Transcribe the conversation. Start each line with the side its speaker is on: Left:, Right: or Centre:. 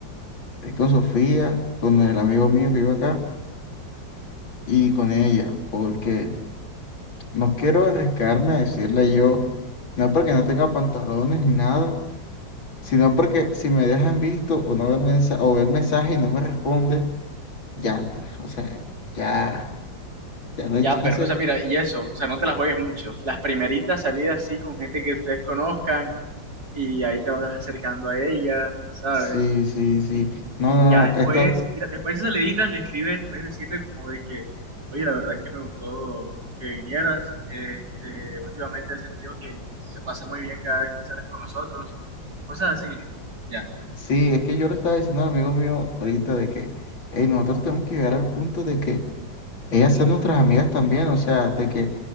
Left: ir con Sofía, con el amigo mío que iba acá y con ella, porque no quiero arriesgarme a decirle yo, no porque no tenga pantalones ni nada, sino porque si me dejan visto o no ver mensaje, o ver mensaje y no me responde, ya está, o sea, ya, ya no hay
Right: Ya,
Left: chance.
Right: pero, o sea, mira, y eso, o sea, no te las juegues mucho. Las primeritas salidas sí con gente que ustedes conozcan y ahí te vas acercando a ella, ¿sabes?
Left: Sí, sí, sí.
Right: Y,
Left: No,
Right: y
Left: no,
Right: ya después,
Left: no, esto,
Right: mira, después de esas saliditas le escribes, puedes decirle como de que, oye, la verdad es que me gustó que vinieras. Este, últimamente he sentido que se pasa muy bien cada vez que sales con nosotros. Cosas así. Ya,
Left: sí, es que yo le estaba diciendo al amigo mío ahorita de que, hey, nosotros tenemos que llegar al punto de que ellas sean nuestras amigas también, o sea, de que